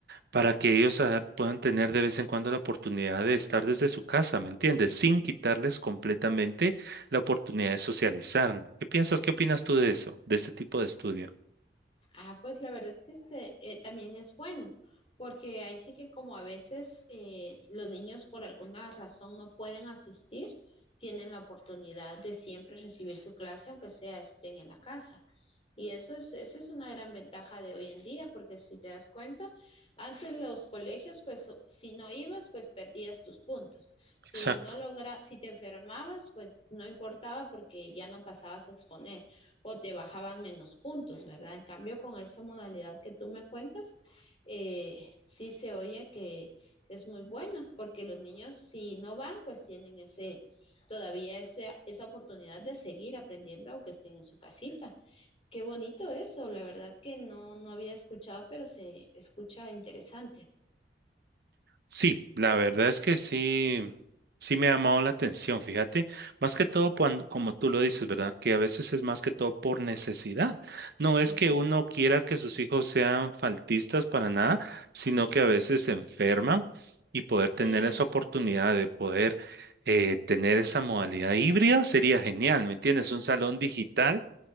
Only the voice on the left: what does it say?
ah, pues la verdad es que este, eh, también es bueno, porque ahí sí que como a veces eh, los niños por alguna razón no pueden asistir, tienen la oportunidad de siempre recibir su clase, aunque sea estén en la casa. Y eso es, esa es una gran ventaja de hoy en día, porque si te das cuenta, antes los colegios, pues o- si no ibas, pues perdías tus puntos. Si
no logra, si te enfermabas, pues no importaba porque ya no pasabas a exponer o te bajaban menos puntos, ¿verdad? En cambio, con esa modalidad que tú me cuentas, eh, sí se oye que es muy buena, porque los niños si no van, pues tienen ese, todavía ese- esa oportunidad de seguir aprendiendo aunque estén en su casita. Qué bonito eso, la verdad que no, no había escuchado, pero se escucha interesante.
Ujú.
Sí,